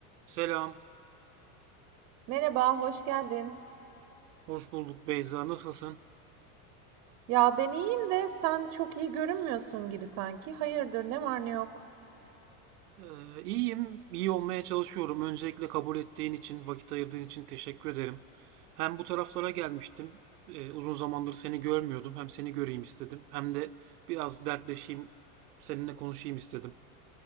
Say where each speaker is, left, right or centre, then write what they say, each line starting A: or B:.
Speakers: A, on the right; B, on the right.
A: Selam,
B: Merhaba, hoş geldin.
A: hoş bulduk Beyza. Nasılsın?
B: Ya ben iyiyim de sen çok iyi görünmüyorsun gibi sanki. Hayırdır, ne var ne yok.
A: Ee, iyiyim, iyi olmaya çalışıyorum. Öncelikle kabul ettiğin için, vakit ayırdığın için teşekkür ederim. Hem bu taraflara gelmiştim, Ee, uzun zamandır seni görmüyordum. Hem seni göreyim istedim, hem de biraz dertleşeyim, seninle konuşayım istedim.